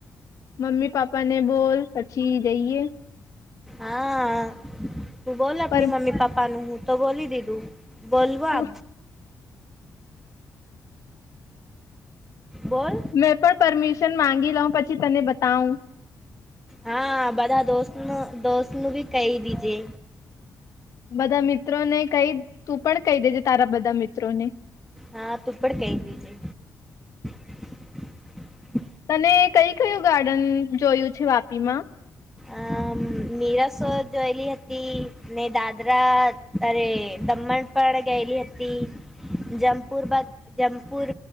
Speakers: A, on the left; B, in the centre.
A: મમ્મી પાપા ને બોલ પછી જઈએ.
B: હા તું બોલ આપની
A: પર
B: મમ્મી પપ્પાનું હું તો બોલી દીધું. બોલવા.
A: તું
B: બોલ
A: મેં પણ પરમિશન માંગી લઉં પછી તને બતાવ.
B: હા બધા દોસ્તનું દોસ્તનું ભી કહી દીજે.
A: બધા મિત્રો ને કઈ તું પણ કહી દેજે તારા બધા મિત્રોને.
B: હા તું પણ કહી દીજે <unintelligible>
A: તને કય કયું ગાર્ડન જોયું છે વાપીમાં
B: આ મીરસો જોયેલી હતી ને દાદરા તરે દમણ પણ ગેલી હતી જમપુર જમપુર